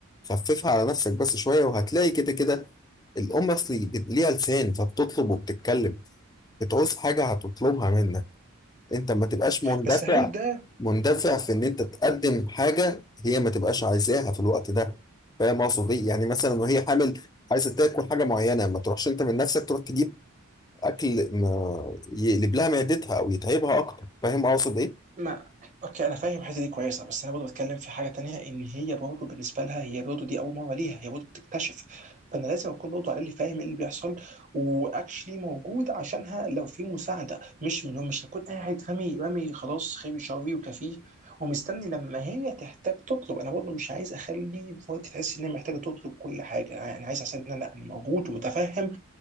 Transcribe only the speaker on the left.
خففها على نفسك بس شويه وهتلاقي كده كده الام اصلي ليها لسان فبتطلب وبتتكلم بتعوز حاجه هتطلبها منك انت ما تبقاش مندفع
مندفع في ان انت تقدم حاجه هي ما تبقاش عايزاها في الوقت ده فاهم اقصد ايه يعني مثلا وهي حامل عايزه تاكل حاجه معينه ما تروحش انت من نفسك تروح تجيب اكل ما يقلب لها معدتها او يتعبها اكتر فاهم اقصد ايه